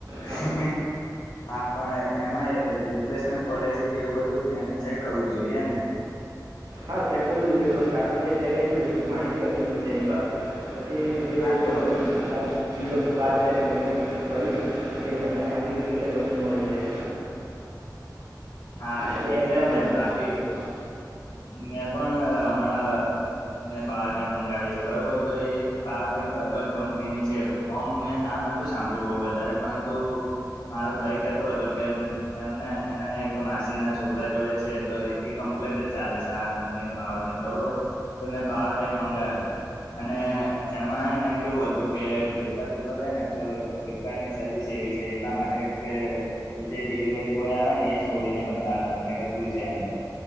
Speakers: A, on the left (about 80°); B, on the right (about 65°).
A: હંઅંઅ
B: હા
A: હા પણ, એમાં રિપ્લેસમેન્ટ પોલિસી કે એવું બધું એને ચેક કરવું જોઈએ ને.
B: હા ચેક કરવું જોઈએ પણ કારણ કે તેને એટલી બધી માહિતી હતી જ નહી તેની પાસે. પછી જે
A: હા
B: જે
A: તો
B: સાત દિવસ બાદ તેને મને કહ્યું કે, મને આવી ડુપ્લિકેટ વસ્તુ મળી છે.
A: હા
B: તે
A: એટલે
B: અજાણ
A: ને
B: વ્યક્તિ
A: બાકી
B: હતો હા
A: મે પણ હમણાં મેં પાવર બેંક મંગાવી છે બરોબર તો એ પાવર બેંક અર્બન કંપનીની છે. ઓમ મેં નામ નતું સાંભળ્યું બહુ વધારે પરંતુ. મારો ભાઈ કેતો હતો કે એમને એને. માસી ના છોકરા જોડે છે તો એ કમ્પ્લેટ જ ચાલે છે આ કંપનીની પાવર બેંક બરોબર. તને પાવર બેંક મંગાવી. અને
B: હમ
A: એમાંને કેવું હતું કે ફ્લિપકાર્ટ ઉપર રહે ને તો ફ્લિપકાર્ટ ની સર્વિસિ. એટલા માટે જે ડિલિવરી બોય આવે ને એ. ખોલીને બતાવે તમને કે શું છે અંદર.